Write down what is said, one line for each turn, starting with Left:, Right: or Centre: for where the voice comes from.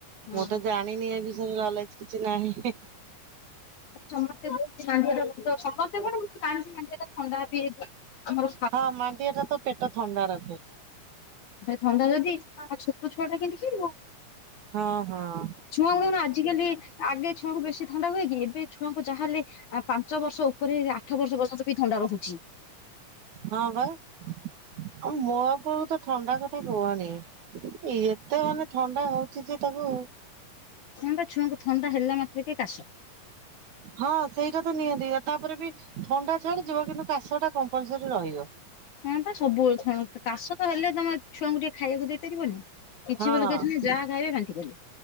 Left: ହଁ
Right: ମୁଁ ତ ଜାଣିନି ଏ ବିଷୟରେ ଲଲେଜ କିଛି ନାହିଁ।
Left: ସମସ୍ତେ ବହୁଣ୍ଡି ସମସ୍ତେ କଣ ମୁଁ ଜାଣିଛି ମାଣ୍ଡିଅଟା ଥଣ୍ଡା ବି ହେଇ ପା। <unintelligible> ହୁଁ
Right: ହଁ ମାଣ୍ଡିଆ ଟା ତ ପେଟ ଥଣ୍ଡା ରଖେ।
Left: ଥଣ୍ଡା ଯଦି ଛୋଟ ଛୁଆ ଟା କେମିତି ଖେଳିବ?
Right: ହଁ ହଁ।
Left: ଛୁଆଙ୍କୁ କଣ ଆଜିକାଲି ଆଗେ ଛୁଆଙ୍କୁ ବେଶୀ ଥଣ୍ଡା ହୁଏ କି ଏବେ ଛୁଆଙ୍କୁ ଯାହେଲେ ଆ ପାଞ୍ଚ ବର୍ଷ ଉପରେ ଆଠ ବର୍ଷ ପର୍ଯ୍ୟନ୍ତ ବି ଥଣ୍ଡା ରହୁଛି।
Right: ହଁ ବା ଆଉ ମୋ ପୁଅକୁ ତ ଥଣ୍ଡା କଥା କୁହନି। ଏତେ ମାନେ ଥଣ୍ଡା ହଉଛି ଯେ ତାକୁ।
Left: ଥଣ୍ଡା ଛୁଆଙ୍କୁ ଥଣ୍ଡା ହେଲା ମାତ୍ରେ କି କାଶ।
Right: ହଁ ସେଇଟା ତ ନିହାନ୍ତି ତାପରେ ବି ଥଣ୍ଡା ଛାଡି ଯିବ କିନ୍ତୁ କାଶ ଟା କମ୍ପଲସରି ରହିବ।
Left: ହଁ ବା ସବୁବେଳେ କାଶ ତ ହେଲେ ତମେ ଛୁଆଙ୍କୁ ଟିକେ ଖାଇବାକୁ ଦେଇପାରିବନି। କିଛି
Right: ହଁ
Left: ବୋଲି କି ଯାହା ଖାଇବେ ବାନ୍ତି ବୋଲି।